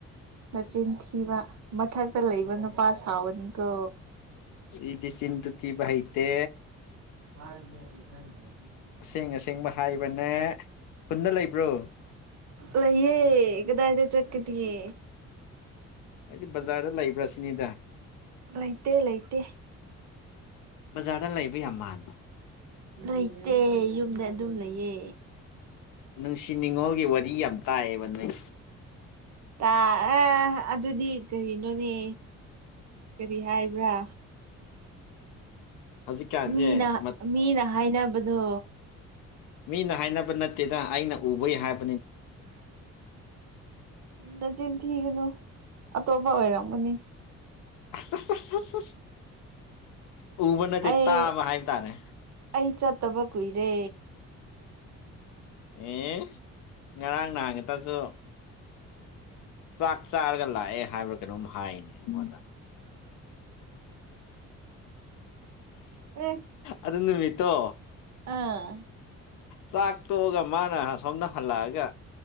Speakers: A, on the right; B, on the left.
A: ꯅꯆꯤꯟ ꯊꯤꯕ ꯃꯊꯛꯇ ꯂꯩꯕ ꯅꯨꯄꯥ ꯁꯥꯎꯕꯅꯤꯀꯣ
B: ꯏꯗꯤ ꯁꯤꯟꯗꯨ ꯊꯤꯕ ꯑꯥꯏꯇꯦ
A: ꯍꯥꯥ ꯏꯙꯟ ꯂꯩ
B: ꯑꯁꯦꯡ ꯑꯁꯦꯡꯕ ꯍꯥꯏꯕꯅꯦ ꯈꯨꯟꯗ ꯂꯩꯕ꯭ꯔꯣ
A: ꯂ ꯌꯦ ꯀꯗꯥ ꯍꯥꯏꯗ ꯆꯠꯀꯤꯗꯤꯌꯦ
B: ꯑꯩꯗꯤ ꯕꯖꯥꯔꯗ ꯂꯩꯕ꯭ꯔꯥ ꯁꯤꯅꯤꯗ
A: ꯂꯩꯇꯦ ꯂꯩꯇꯦ
B: ꯕꯖꯥꯔꯗ ꯂꯩꯕ ꯌꯥꯝ ꯃꯥꯟꯕ
A: ꯂꯩꯇꯦ ꯌꯨꯝꯗ ꯑꯗꯨꯝ ꯂꯩꯌꯦ
B: ꯅꯨꯡꯁꯤ ꯅꯤꯉꯣꯜꯒꯤ ꯋꯥꯔꯤ ꯌꯥꯝ ꯇꯥꯛꯑꯕ ꯅꯣꯏ
A: ꯇ ꯑ ꯑꯗꯨꯗꯤ ꯀꯔꯤꯅꯣꯅꯦ ꯀꯔꯤ ꯍꯥꯏꯕ꯭ꯔꯥ
B: ꯍꯧꯖꯤꯛꯀꯥꯟꯁꯦ
A: ꯃꯤꯅ
B: ꯎ
A: ꯃꯤꯅ ꯍꯥꯏꯅꯕꯗꯣ
B: ꯃꯤꯅ ꯍꯥꯏꯅꯕ ꯅꯠꯇꯦꯗ ꯑꯩꯅ ꯎꯕꯩ ꯍꯥꯏꯕ
A: ꯅꯆꯤꯟꯅꯤ ꯊꯅ ꯑꯇꯣꯞꯄ ꯑꯣꯏꯔꯝꯒꯅꯤ
B: ꯑꯁ ꯑꯁ ꯑꯁ ꯑꯁ ꯑꯁ ꯎꯕ ꯅꯠꯇꯦ
A: ꯑꯩ
B: ꯇꯥꯕ ꯍꯥꯏꯕ ꯇꯥꯔꯦ
A: ꯑꯩ ꯆꯠꯇꯕ ꯀꯨꯏꯔꯦ
B: ꯑꯦ ꯉꯔꯥꯡ ꯅꯍꯉꯦ ꯇꯁꯨ ꯆꯥꯛ ꯆꯥꯔꯒ ꯂꯥꯛꯑꯦ ꯍꯥꯏꯕ ꯀꯩꯅꯣꯝ ꯍꯥꯏꯅꯦ ꯑꯩꯉꯣꯟꯗ
A: ꯑꯦ
B: ꯑꯗꯨ ꯅꯨꯃꯤꯠꯇꯣ
A: ꯑꯥ
B: ꯆꯥꯛ ꯇꯣꯛꯑꯒ ꯃꯥꯅ ꯁꯣꯝꯗ ꯍꯜꯂꯛꯑꯒ